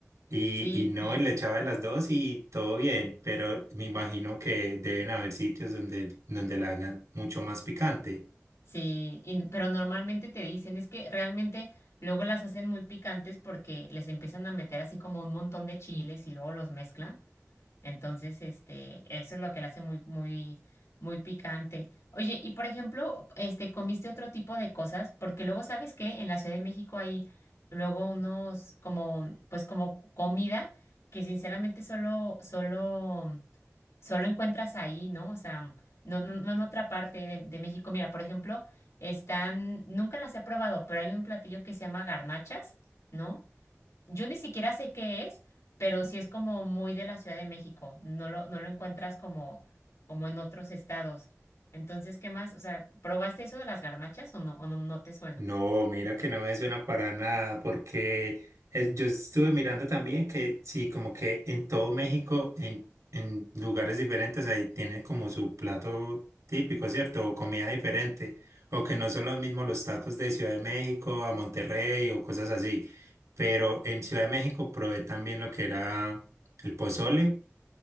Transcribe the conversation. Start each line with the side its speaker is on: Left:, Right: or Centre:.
Right: y,
Left: sí,
Right: y no,
Left: sí,
Right: y le echaba de las dos y todo bien, pero me imagino que deben haber sitios donde, donde la hagan mucho más picante.
Left: sí. y- pero normalmente te dicen, es que realmente luego las hacen muy picantes porque les empiezan a meter así como un montón de chiles y luego los mezclan. Entonces, este, eso es lo que la hace muy, muy, muy picante. Oye, y por ejemplo, este, ¿comiste otro tipo de cosas? Porque luego, ¿sabes qué? En la Ciudad de México hay luego unos como, pues como comida que sinceramente solo, solo, solo encuentras ahí, ¿no? O sea, no, no, no en otra parte de, de México. Mira, por ejemplo, están, nunca las he probado, pero hay un platillo que se llama garnachas, ¿no? Yo ni siquiera sé qué es, pero sí es como muy de la Ciudad de México. No lo, no lo encuentras como, como en otros estados. Entonces, ¿qué más? O sea, ¿probaste eso de las garnachas o no, o no, no te suena?
Right: No, mira que no me suena para nada, porque es- yo estuve mirando también que sí, como que en todo México, en, en lugares diferentes, ahí tienen como su plato típico, ¿cierto? O comida diferente, o que no son los mismos los tacos de Ciudad de México a Monterrey o cosas así. Pero en Ciudad de México probé también lo que era el pozole